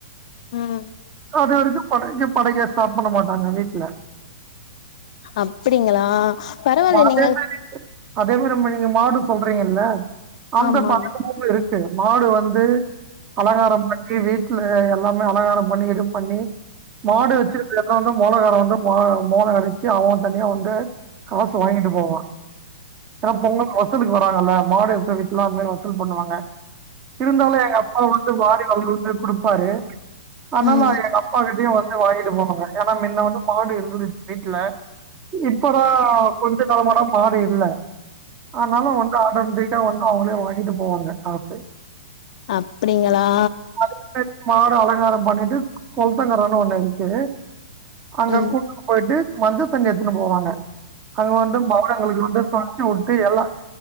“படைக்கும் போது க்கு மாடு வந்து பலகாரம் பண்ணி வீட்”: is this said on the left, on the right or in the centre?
Right